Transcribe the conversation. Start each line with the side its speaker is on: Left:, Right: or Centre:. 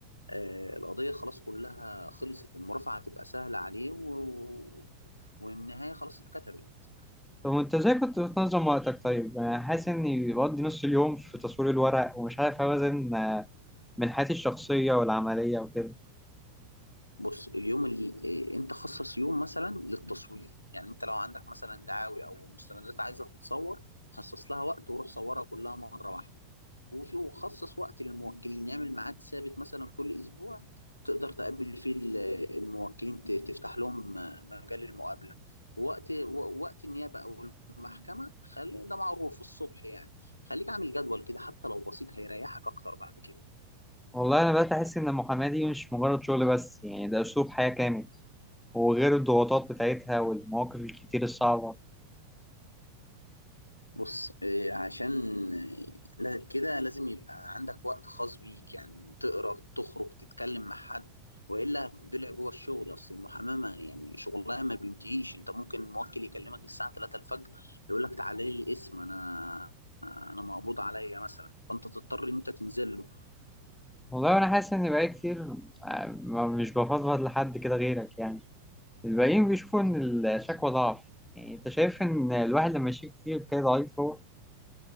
Left: آه، القضية خلاص كلها خلصت المرافعة هتبقى سهلة عليه و... والنهاية خلاص اتكتبت
Centre: طب وأنت إزاي كنت بتنظم وقتك طيب؟ يعني أنا حاسس إني بقضي نص اليوم في تصوير الورق ومش عارف أوازن بين حياتي الشخصية والعملية وكده
Left: بص اليوم اللي إيه، انت خصص يوم مثلا للتصوير يعني انت لو عندك مثلا دعاوي او مستندات عايزه تتصور خصص لها وقت وروح صورها كلها مره واحده وفي وخصص وقت للموكلين يعمل ميعاد ثابت مثلا كل اسبوع تقدر تقابل فيه ال- الموكلين ت- تفتح لهم آه، مجال المقابله وقت و- وقت النيابه او المحكمه خلي ده معروف الصبح يعني خليك عامل جدول كده حتى لو بسيط هيريحك اكتر بعد كده
Centre: والله أنا بدأت أحس إن المحاماة دي مش مجرد شغل بس يعني ده أسلوب حياة كامل وغير الضغوطات بتاعتها والمواقف الكتير الصعبة
Left: بص إيه، عشان آه، لا- كده لازم يبقى عندك وقت خاص بيك يعني تقرا تخرج تتكلم مع حد والا هتتبلع جوه الشغل اصل المحاماه يعني شغلها ما بينتهيش انت ممكن موكل يكلمك الساعه 3 الفجر يقول لك تعالى لي القسم انا انا مقبوض عليا مثلا فانت تضطر ان انت تنزل له
Centre: والله انا حاسس ان بقى كتير آه، ما- مش بفضفض لحد كده غيرك يعني الباقيين بيشوفوا ان الشكوى ضعف يعني انت شايف ان الواحد لما يشيك كتير كده ضعيف هو